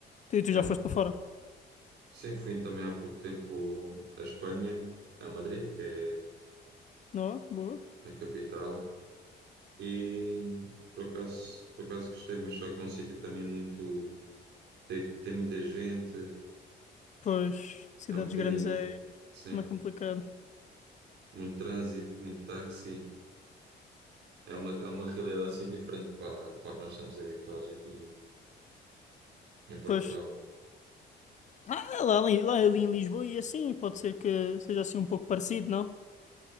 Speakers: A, on the left (about 40°); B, on the right (about 70°).
A: Tu, tu
B: É.
A: já
B: um,
A: foste para fora?
B: Sim, fui também há pouco tempo à Espanha, a Madrid, que
A: Não? é? Boa.
B: é a capital, e por acaso, por acaso gostei, mas só que é um sítio também muito. Tem, tem muita gente,
A: Pois, cidades
B: é um bocadinho,
A: grandes é
B: sim,
A: mais complicado.
B: muito trânsito, muito táxi. É uma, é uma realidade assim diferente para, para a que nós estamos habituados aqui em Portugal.
A: Pois, ah, lá, ali, lá ali em Lisboa e assim, pode ser que seja assim um pouco parecido, não?